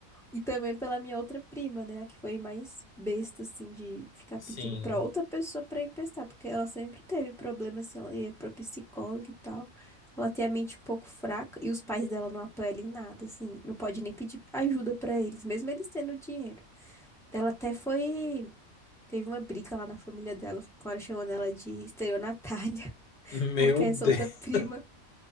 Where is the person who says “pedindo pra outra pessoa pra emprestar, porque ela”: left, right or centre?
Centre